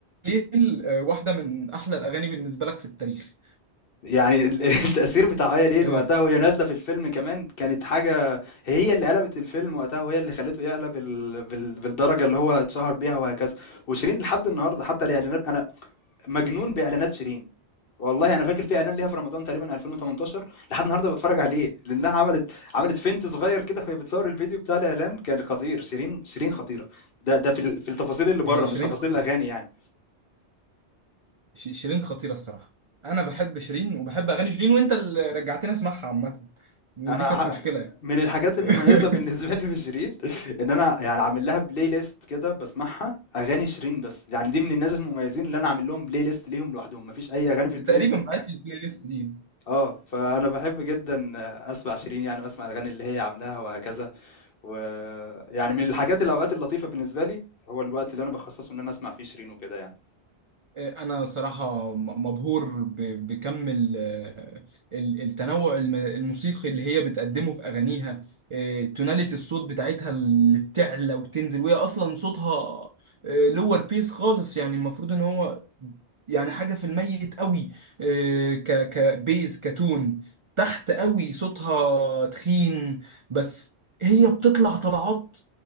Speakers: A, on the right; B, on the left.
A: ليل آه، واحده من احلى الاغاني بالنسبه لك في التاريخ
B: يعني ال- <laughs> التأثير بتاع آية ليل
A: آه،
B: وقتها
A: ف-
B: وهي نازلة في الفيلم كمان كانت حاجة هي اللي قلبت الفيلم وقتها وهي اللي خلته يعلى بال... بال... بالدرجة اللي هو اتشهر بيها وهكذا وشيرين لحد النهاردة حتى الإعلانات أنا مجنون بإعلانات شيرين والله أنا فاكر في إعلان ليها في رمضان تقريبًا 2018 لحد النهارده باتفرّج عليه، لأنها عملت عملت فينت صغير كده وهي بتصوّر الفيديو بتاع الإعلان كان خطير، شيرين شيرين خطيرة، ده ده في ال في التفاصيل اللي برّه
A: هي
B: مش
A: شيرين
B: تفاصيل
A: خطيرة.
B: الأغاني يعني،
A: ش- شيرين خطيره الصراحه انا بحب شيرين وبحب اغاني شيرين وانت اللي رجعتني اسمعها عامه ودي
B: أنا
A: كانت
B: ح
A: مشكله يعني
B: من الحاجات
A: <laughs>
B: المميزة بالنسبة لي في شيرين <laughs> إن أنا يعني عامل لها Play list كده باسمعها أغاني شيرين بس، يعني دي من الناس المميزين اللي أنا عامل لهم Play list ليهم لوحدهم، ما فيش أي أغاني
A: انت
B: في الPlay
A: تقريبا
B: list دي
A: بعت لي البلاي ليست دي
B: آه، فأنا باحب جدًا أسمع شيرين يعني وأسمع الأغاني اللي هي عاملاها وهكذا. ويعني من الحاجات الأوقات اللطيفة بالنسبة لي هو الوقت اللي أنا بخصصه إن أنا أسمع فيه شيرين وكده يعني
A: آه، انا صراحه م- مبهور ب- بكم ال- ال- التنوع الم- الموسيقي اللي هي بتقدمه في اغانيها إيه، توناليتي الصوت بتاعتها اللي بتعلى وتنزل وهي اصلا صوتها لور بيس خالص يعني المفروض ان هو يعني حاجه في الميت قوي إيه، ك كبيز كتون تحت قوي صوتها تخين بس هي بتطلع طلعات